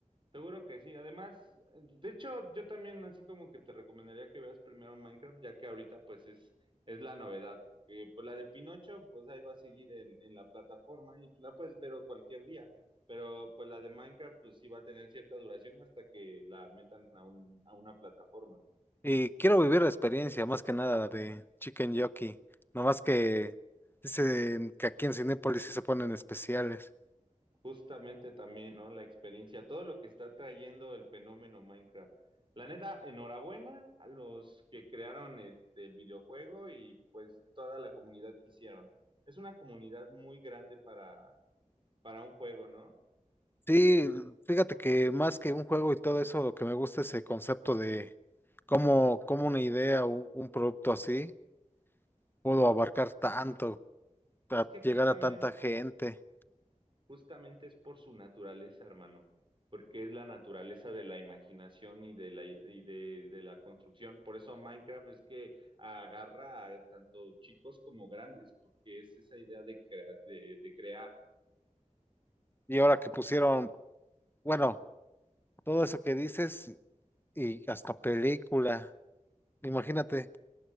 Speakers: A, on the right (about 40°); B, on the left (about 15°).
A: Seguro que sí. Además, de hecho, yo también así como que te recomendaría que veas primero Minecraft, ya que ahorita pues es, es la novedad, porque pues la de Pinocho pues ahí va a seguir en, en la plataforma y la puedes ver cualquier día, pero pues la de Minecraft pues sí va a tener cierta duración hasta que la metan a un, a una plataforma.
B: Y quiero vivir la experiencia, más que nada, la de Chicken Jockey, nomás que dicen que aquí en Cinépolis sí se ponen especiales.
A: Justamente también, ¿no? La experiencia, todo lo que está trayendo el fenómeno Minecraft. La neta, enhorabuena a los que crearon este el videojuego y pues toda la comunidad que hicieron. Es una comunidad muy grande para, para un juego, ¿no?
B: Sí, fíjate que más que un juego y todo eso, lo que me gusta es el concepto de cómo, cómo una idea o un producto así pudo abarcar tanto, a
A: Es que justamente
B: llegar a tanta gente.
A: Justamente es por su naturaleza, hermano, porque es la naturaleza de la imaginación y de la, y de, de la construcción. Por eso Minecraft es que agarra a tanto chicos como grandes, porque es esa idea de crear, de, de crear.
B: Y ahora que pusieron, bueno, todo eso que dices y hasta película. Imagínate,